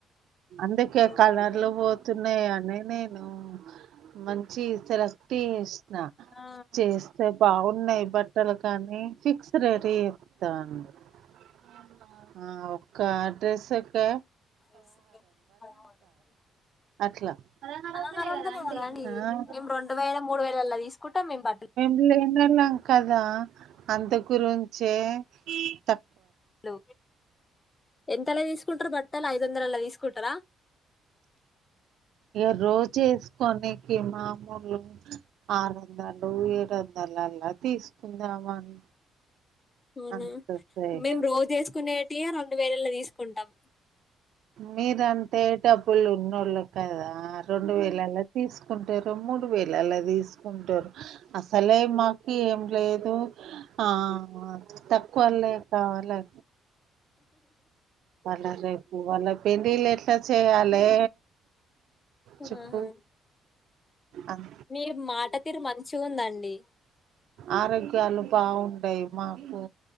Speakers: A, on the right; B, on the left.
A: అందుకే
B: <inaudible>
A: కలర్లు పోతున్నాయని నేను మంచి సెలెక్ట్ చేసిన
B: ఆ
A: చేస్తే బాగున్నాయి బట్టలు కానీ ఫిక్స్ రెడీ ఇత్తండు అవ్నా ఆ ఒక డ్రస్ కు
B: పదహరు వందలు అంటండు
A: అట్లా ఆ
B: పదహరు వందలే కదండి మేము రెండు వేల మూడు వేలలా తీసుకుంటాం మేము బట్ట
A: ఇన్నలా కదా అందు గురుంచే త
B: హలో ఎంతలా తీసుకుంటారు బట్టలు ఐదు వందల అలా తీసుకుంటారా
A: ఇగ రోజు ఏసుకొనికి మా మాలు ఆరు వందలు ఏడు వందలు అలా తీసుకుందామని
B: అవునా
A: అంత సేపు
B: మేము రోజు వేసుకునేటియి రెండు వేలల్లో తీసుకుంటాం
A: మీరు అంటె డబ్బులున్నోళ్లు కదా రెండు వేలలా తీసుకు సుకుంటారు మూడు వేలలా తీసుకుంటారు అసలే మాకి ఎం లే ధో ఆ తక్కువళ కావాలి అలా రె అల పెండిలెట్ వంట చేయాలే చెప్పు
B: ఆహా
A: అం
B: మీ మాట తీరు మంచిగ ఉందండి
A: ఆరోగ్యాలు బాగుండయి మాకు